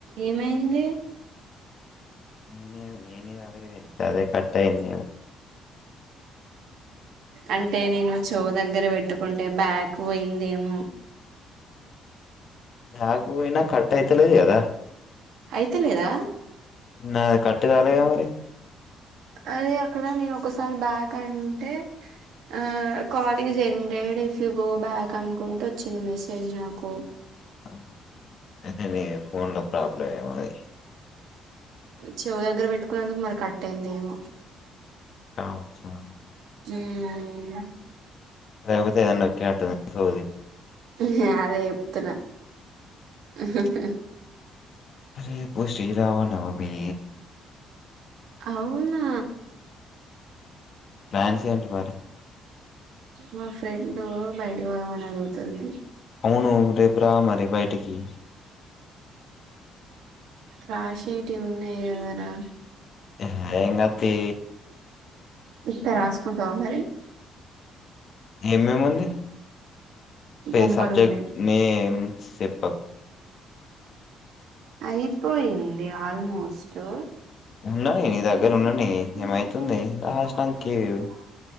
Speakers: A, on the right; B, on the left.
A: ఏమైంది
B: నేనే నేనే అలాగేని అదే కట్టాయింది
A: అంటే నేను చో దగ్గర పెట్టుకుంటే బ్యాక్ పోయిందేమో
B: ఆ్యాగు ఇన్న కట్ అయితలేది అదా
A: అయితే లేదా
B: నాది కట్ కాలేగా మరి
A: అదే అక్కడ నేను ఒకసారి బ్యాక్ అంటే ఆ call is ended if you go back అనుకుంటూ వచ్చింది మెసేజ్ నాకు
B: ఓకే అయితే నీ ఫోన్ ల ప్రాబ్లం ఏమది
A: చెవు దగ్గర పెట్టుకునేందుకు మరి కట్ అయింది ఏమో
B: కావచ్చు మరి
A: ఉమ్
B: లేపోతే ఏదన్న నొక్కినాటుంది చెవుది
A: నే అదే చెప్తున్నా ఆాా
B: రేపు శ్రీరామనవమి
A: అవునా
B: ప్లాన్స్ ఏంటి మరి
A: మా ఫ్రెండ్ బయటికి పోదామని అడుగుతుంది
B: అవును రేపు రా మరి బయటికి
A: రాషెటి ఉన్నాయి గదరా
B: ఎహే ఎంగాదు తి
A: ఇత్తే రాసుకుంటవా మరి
B: ఏమేముంది పే
A: బొమ్మలు
B: సబ్జెక్ట్
A: ఉన్నాయి
B: నేమ్ సిప్పప్
A: అయిపోయింది ఆల్మోస్ట్
B: ఉండని
A: మోజీ
B: నీ దగ్గర
A: బిసి
B: ఉండని
A: ఉండె సి
B: ఏమైతుంది
A: జి సి అని చెప్తున్న
B: రాసినంక
A: అట్లాంటున